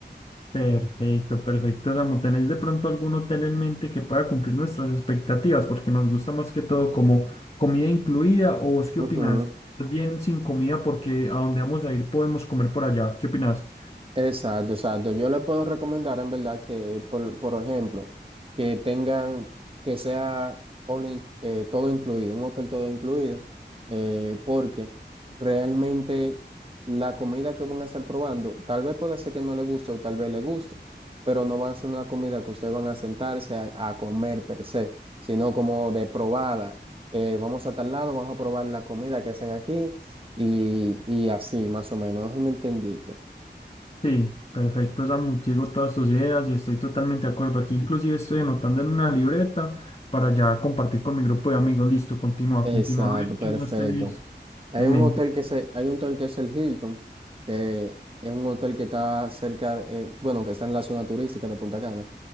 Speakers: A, on the left (about 35°); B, on the right (about 30°).
A: Perfecto, perfecto. Samu, ¿tenés de pronto algún hotel en mente que pueda cumplir nuestras expectativas? Porque nos gusta más que todo como comida incluida o vos qué
B: Ujú.
A: opinás? Bien sin comida porque a donde vamos a ir podemos comer por allá. ¿Qué opinás?
B: Exacto, exacto. Yo le puedo recomendar en verdad que, por, por ejemplo, que tengan, que sea all in- eh, todo incluido, un hotel todo incluido, eh, porque realmente la comida que van a estar probando, tal vez puede ser que no le guste o tal vez le guste, pero no va a ser una comida que ustedes van a sentarse a, a comer per se, sino como de probada. Eh, vamos a tal lado, vamos a probar la comida que hacen aquí y, y así, más o menos. No sé si me entendiste.
A: Sí, perfecto, Samu. Sigo todas tus ideas y estoy totalmente de acuerdo. Aquí inclusive estoy anotando en una libreta para ya compartir con mi grupo de amigos. Listo, continúa,
B: Exacto,
A: continúa. A ver
B: perfecto.
A: qué más tenés
B: Hay
A: en
B: un
A: mente.
B: hotel que se, hay un hotel que es el Hilton, que es un hotel que está cerca, eh, bueno, que está en la zona turística de Punta Cana